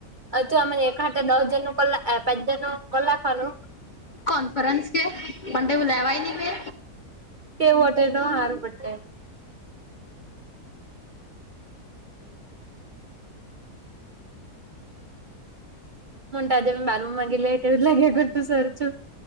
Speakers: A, on the right (about 50°); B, on the left (about 50°).
A: હું અમે એક હાથે દસ જણ નું, ક પાંચ જણ નું કરી લખવાનું.
B: કોન્ફરન્સ કે, પણ તેવું લેવાય નહી કે‌.
A: તેવુ હોર તો હારું પટેે. મું તાજા બ બારરૂમમાં ગે એટે એવ લાગે તું સર છું. <unintelligible>